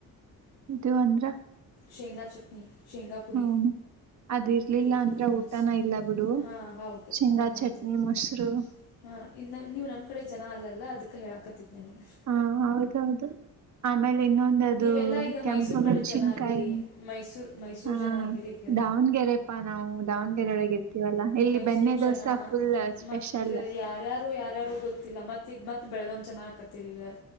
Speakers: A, on the right; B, on the left.
A: ಇದು ಅಂದ್ರ
B: ಶೇಂಗಾ ಚಟ್ನಿ ಶೇಂಗಾ ಪುಡಿ
A: ಹ್ಮ್ ಅದ ಇರ್ಲಿಲ್ಲ
B: ಅದು ಫುಲ್
A: ಅಂದ್ರ
B: ಫೇಮಸ್
A: ಊಟನ ಇಲ್ಲ ಬಿಡು
B: ಹಾ ಹೌದು
A: ಶೇಂಗಾ
B: ಹಂಗ
A: ಚಟ್ನಿ
B: ಆ್ತದೆ
A: ಮೊಸರು
B: ಹಾ ಇನ್ನು ನೀವು ನಮ್ಮ್ ಕಡೆ ಜನ ಅಲ್ಲಲ್ಲ ಅದಕ್ಕೆ ಹೇಳಾಕತಿದ್ ನನಗೆ
A: ಹಾ ಹೌದೌದು ಆಮೇಲೆ ಇನ್ನೊಂದ ಅದು
B: ನೀವೆಲ್ಲ ಈಗ
A: ಕೆಂಪ
B: ಮೈಸೂರು ಕಡೆ
A: ಮೆಣಸಿನ್ಕಾಯಿ
B: ಜನ ಆಗಿರಿ ಮೈಸೂರು ಮೈಸೂರು
A: ಹಾ
B: ಜನ ಆಗಿರಿ ಈಗ
A: ದಾವಣಗೆರೆಪ್ಪಾ ನಾವು ದಾವಣಗೆರೆ ಒಳಗೆ ಎತ್ತವಿ ವಲ್ಲ ಇಲ್ಲಿ
B: ಮೈಸೂರು
A: ಬೆನ್ನೆ ದೋಸಾ
B: ಜನ
A: ಫುಲ್ ಸ್ಪೆಷಲ್
B: ಮತ್ತು ಯಾರ್ಯಾರು ಯಾರ್ಯಾರು ಗೊತ್ತಿಲ್ಲ ಮತ್ತ ಈ ಮತ್ ಬೆಳಗಾಮ್ ಚೆನ್ನ ಆಕತ್ತ ರಿ ಈಗ